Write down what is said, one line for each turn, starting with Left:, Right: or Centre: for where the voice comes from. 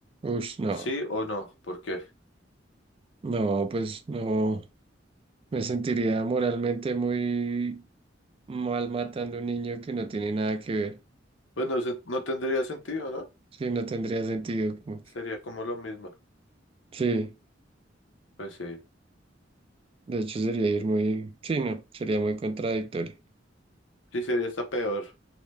Right: Ush, no.
Left: ¿Sí o no? ¿Por qué?
Right: No, pues no. Me sentiría moralmente muy mal matando a un niño que no tiene nada que ver.
Left: Pues no, se- no tendría sentido, ¿no?
Right: Sí, no tendría sentido. como que.
Left: Sería como lo mismo.
Right: Sí,
Left: Pues sí.
Right: de hecho sería ir muy, sí, no, sería muy contradictorio.
Left: Sí, sería hasta peor.